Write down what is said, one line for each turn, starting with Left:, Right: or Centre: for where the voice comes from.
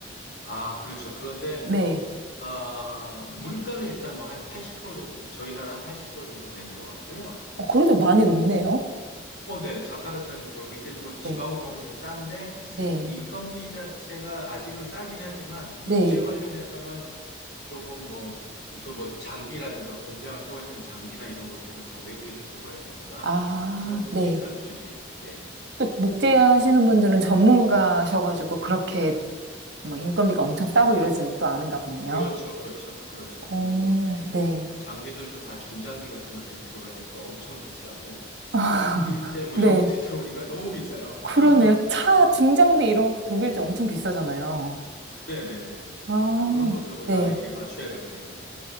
Left: 아, 그렇죠. 그런데
Right: 네,
Left: 아, 물가는 일단 뭐 한 80% 정도, 저희 나라 한 80% 정도 되는 것 같고요.
Right: 어, 그래도 많이 높네요.
Left: 어, 어, 네. 자카르타는 좀 그렇고, 이제 뭐 지방으로
Right: 네,
Left: 가면 좀 싼데,
Right: 네,
Left: 인건비 자체가 아직은 싸긴 하지만, 목재
Right: 네,
Left: 관련해서는 조금 뭐, 그 뭐 장비라든가 공장을 세워야 되는 장비나 이런 것들은 다 외국에서 들어와야 되니까,
Right: 아,
Left: 그건 좀
Right: 네.
Left: 비싼 편이에요. 네.
Right: 또 목재 하시는 분들은 전문가셔가지고 그렇게 막 인건비가 엄청 싸고 이러지는 또 않은가 보네요.
Left: 그렇죠. 그렇죠. 그렇죠.
Right: 오
Left: 그리고 뭐
Right: 네.
Left: 장비들도 다 중장비 같은 것들이 들어가야 되니까 엄청 비싸고,
Right: <laughs>
Left: 뭐 독일제 뭐
Right: 네.
Left: 이런 것들이 <laughs> 들어오니까 너무 비싸요. 뭐.
Right: 그러네요.
Left: <laughs>
Right: 차 중장비 이런 것도 독일제 엄청 비싸잖아요.
Left: 네네네.
Right: 아,
Left: 그래서 그런 것들로
Right: 네.
Left: 다 이게 맞춰야 되거든요.